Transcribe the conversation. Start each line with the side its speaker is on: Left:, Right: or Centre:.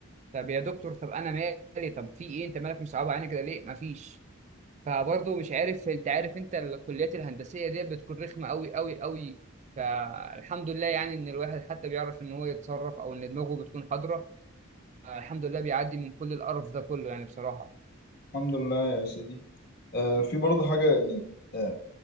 Right: طب يا دكتور طب أنا مالي طب في إيه أنت مالك مصعبة علينا كده ليه مفيش فبرضه مش عارف أنت عارف أنت الكليات الهندسية دي بتكون رخمة أوي أوي أوي فالحمد لله يعني إن الواحد حتى بيعرف إن هو يتصرف أو إن دماغه بتكون حاضرة الحمد لله بيعدي من كل القرف ده كله يعني بصراحة
Left: الحمد لله يا سيدي آه في برضه حاجه يعني آه